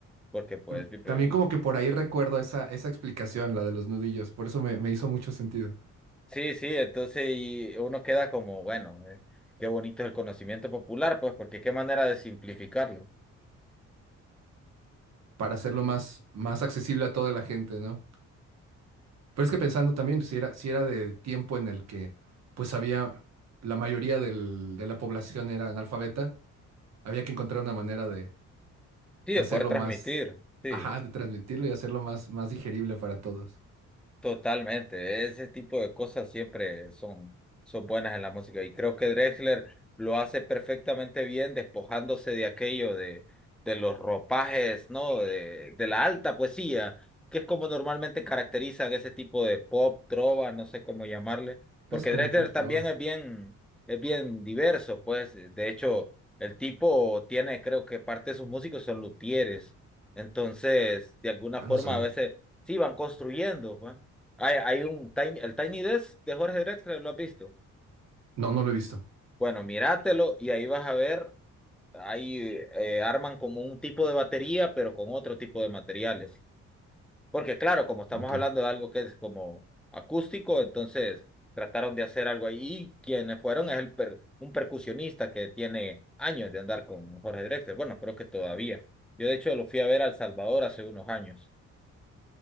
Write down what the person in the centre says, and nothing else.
porque pues,
vi- vi-
la-
sí, sí, entonces y uno queda como, bueno, eh, qué bonito es el conocimiento popular, pues, porque qué manera de simplificarlo,
sí,
de
poder transmitir,
sí.
Totalmente, ese tipo de cosas siempre son, son buenas en la música y creo que Drexler lo hace perfectamente bien despojándose de aquello de, de los ropajes, ¿no? De, de la alta poesía, que es como normalmente caracterizan ese tipo de pop, trova, no sé cómo llamarle, porque
Drexler
también
es bien, es bien diverso, pues de hecho el tipo tiene, creo que parte de sus músicos son luthieres, entonces de alguna
forma
a veces sí van construyendo, pues. Hay, hay un Tiny, el Tiny Desk de Jorge Drexler, ¿lo has visto?
Bueno, míratelo y ahí vas a ver, ahí eh, arman como un tipo de batería, pero con otro tipo de materiales. Porque claro, como estamos
hablando de algo que es como acústico, entonces trataron de hacer algo ahí. Y quienes fueron es el per- un percusionista que tiene años de andar con Jorge Drexler. Bueno, creo que todavía. Yo de hecho lo fui a ver a El Salvador hace unos años.